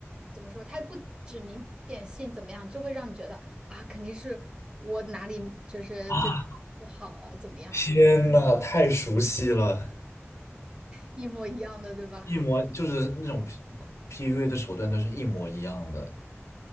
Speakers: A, on the right (about 20°); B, on the left (about 85°).
A: 怎么说，他也不指名点姓怎么样，就会让你觉得啊，肯定是我哪里就是最不好，
B: 啊，
A: 怎么样，
B: 天呐，太熟悉了，
A: 一模一样的，对吧？
B: 一模就是那种 P u a 的手段都是一模一样的。